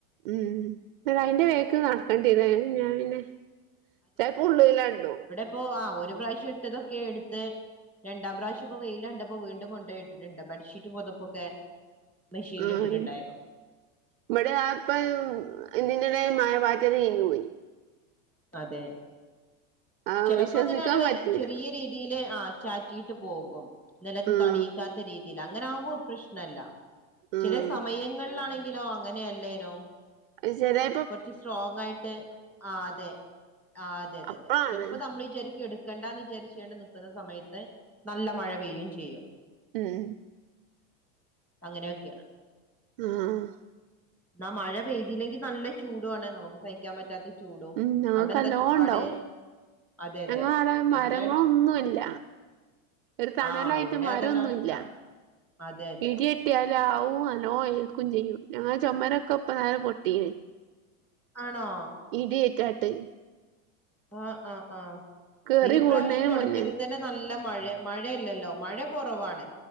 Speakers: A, on the right; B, in the centre.
A: ഉം അഹ് അയിന്റെ വേക്ക് നടക്കേണ്ടിര
B: ഉം
A: ഞാൻ പിന്നെ ചെല്പ്പംഉള്ളിലണ്ടും
B: ഇപ്പൊ ആഹ് ഒരു പ്രാവശ്യം ഇട്ടതൊക്കെ എടുത്ത് രണ്ടാം പ്രാവശ്യ ഇപ്പോ വെയിയിലാണ്ട പോ വീണ്ടൂം കൊണ്ടൊയിട്ടീട്ടുണ്ട് ബെഡ് ഷി മ പുതപ്പൊക്കെ മെഷീന്ൽ
A: ആഹ്
B: ഇട്ടിട്ടുണ്ടായിരുന്നൊ
A: ഇവിടെ ആപ്പ എന്ടെ മായ പാറ്റ കഞ്ഞു പോയി
B: അതെ
A: ആഹ്
B: ചെലപ്പോ
A: വിശ്വസിക്കാൻ
B: അങ്ങനെയാണ്ട്‌
A: പറ്റൂല
B: ചെറിയ രീതി ഇതീല് ആ ചാറ്റിയിട്ട് പോകും നിലം
A: ആഹ്
B: തൊടിയിക്കാത്ത രീതി ലങ്ങനാവുമ്പോ പ്രശ്നല്ല
A: ആഹ്
B: ചെല സമയങ്ങളിലാണെങ്കിലോ അങ്ങനെയല്ലേനും
A: അത് ചെലേ
B: കൊറച്ച് സ്ട്രോങ് ആയിട്ട് ആ അതെ ആ അതെതെതെ
A: അപ്പളാണ്
B: ചെലപ്പോ നമ്മള് വിചാ എടുക്കണ്ടാന്നിചാരിച്ചാണ്ട് നിക്കുന്ന സമയത്ത് നല്ല മഴ പെയ്യയും ചെയ്യും
A: ഉം
B: അങ്ങനെയൊക്കെയാണ്
A: ആഹ്
B: ന്നാ മഴ പെയ്തീല്ലെങ്കി നല്ല ചൂടുആണ് നമുക്ക് സഹിക്കാൻ പറ്റാത്ത ചൂടും
A: ഉം ഞങ്ങൾക്കല്ലോണ്ടാവും
B: അവിടെ എന്താ പാട് അതെ അതെ
A: ഞങ്ങളാടെ മരങ്ങളൊന്നുല്ല
B: എല്ലായിട
A: ഒരു തണലായിട്ട്
B: ആഹ് ഇവിടെ
A: മരൊന്നുല്ല
B: അതന്നെ അവസ്ഥ അതെ അതെ
A: ഇടിയെട്ട ട്ട്യാലാവൂ നല്ലോ ഏൽക്കും ചെയ്യും ഞങ്ങളെ ചൊമരൊക്കെപ്പന്നാരെ പൊട്ടീനിം
B: ആണോ
A: ഇടിയേറ്റാട്ട്
B: ആഹ് ആഹ് ആഹ്
A: കേറി
B: പിന്നെപ്രാവ്ശ്യം
A: കൂടണേന്
B: തുടക്കത്തിൽ
A: മുന്നേ
B: തന്നെ നല്ല മഴ മഴയല്ലല്ലോ മഴ കൊറവാണ്